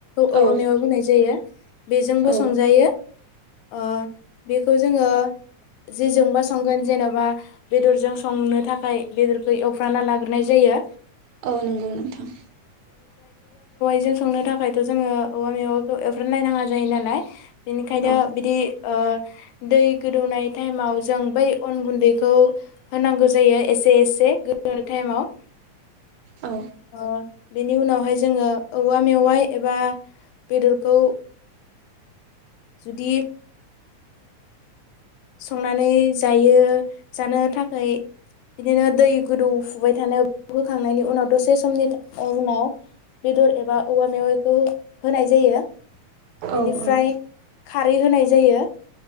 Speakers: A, on the left (about 80°); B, on the right (about 75°).
A: औवा
B: औ
A: मेवाइ बुंनाय जायो बेजोंबो
B: औ
A: संजायो। ओ बेखौ जोङो जेजोंबा संगोन जेनोबा बेदरजों संनो थाखाय बेदरखौ एवफ्राना लाग्रोनाय जायो।
B: औ नंगौ नोंथां।
A: बिजों संनो थाखायथ' जोङो औवा मेवाखौ <unintelligible> जायो नालाय बेनिखायनो
B: औ
A: बिदि ओ दै गोदौनाय टाइमाव जों बै अन गुन्दैखौ होनांगौ जायो एसे एसे गोदौनाय टाइमाव।
B: ओ।
A: ओ बेनि उनावहाय जोङो औवा मेवाइ एबा बेदरखौ जुदि संनानै जायो। जानो थाखाय बिदिनो दै गोदौफुबाय थानायाव होखांनायनि उनाव दसे समनि था ओ उनाव बेदर एबा औवा मेवाइखो होनाय जायो बेनिफ्राय
B: औ औ
A: खारै होनाय जायो